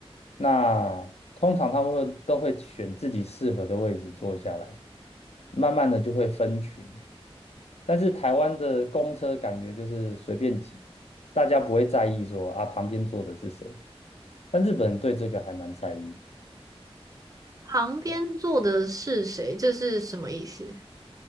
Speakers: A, on the left; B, on the right.
A: 那通常他们会都会选自己适合的位置坐下来，慢慢的就会分群。但是台湾的公车感觉就是随便挤，大家不会在意说啊旁边坐的是谁，但日本人对这个还蛮在意。
B: 旁边坐的是谁？
A: 是吧？
B: 这是什么意思？